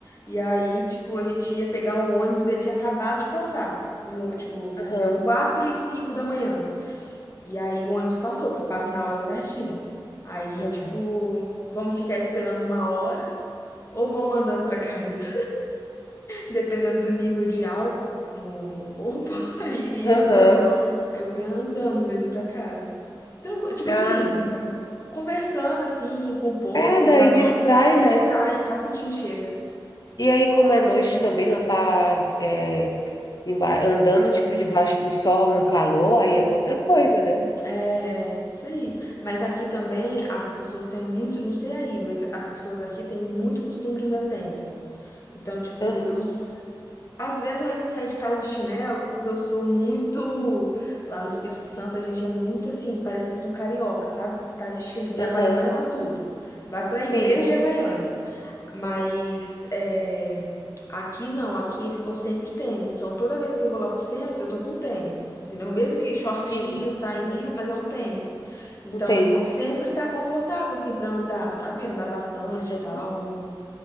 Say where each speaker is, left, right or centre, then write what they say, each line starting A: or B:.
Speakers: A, on the left (about 35°); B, on the left (about 50°).
A: e aí, tipo, a gente ia pegar o ônibus, ele tinha acabado de passar. O, tipo,
B: Aham.
A: deu quatro e cinco da manhã. E aí o ônibus passou, porque passa na hora certinho. Aí,
B: Aham.
A: tipo, vamos ficar esperando uma hora ou vamos andando pra casa? dependendo do nível de álcool no, no corpo,
B: Sim.
A: <laughs> e
B: Aham.
A: ia andando. Aí eu vinha andando mesmo pra casa. Tranquilo, tipo
B: Ah,
A: assim,
B: que legal.
A: conversando assim com o povo,
B: É,
A: com
B: daí
A: os amigos,
B: distrai,
A: aí
B: né?
A: distrai, rapidinho chega.
B: E aí, como é noite também, não tá é, emba- andando, tipo, debaixo do sol, no calor, aí é outra coisa, né?
A: É, é isso aí. Mas aqui também as pessoas têm muito, não sei aí, mas as pessoas aqui têm muito costume de usar tênis. Então, tipo,
B: Aham,
A: eu Às vezes eu ainda saio de casa de chinelo, porque eu sou muito. Lá no Espírito Santo a gente é muito assim, parecido com carioca, sabe? Tá de, chi- de
B: aham.
A: Havaiana pra tudo. Vai pra
B: Sim,
A: igreja de Havaiana. Mas é, aqui não, aqui eles estão sempre de tênis. Então toda vez que eu vou lá pro centro, eu tô com tênis, entendeu? Mesmo que shortinho,
B: sim.
A: sainha,
B: Aham.
A: mas é um tênis. Então
B: O tênis.
A: sempre tá confortável, assim, pra andar, sabe? Andar bastante
B: Aham.
A: e tal. Não,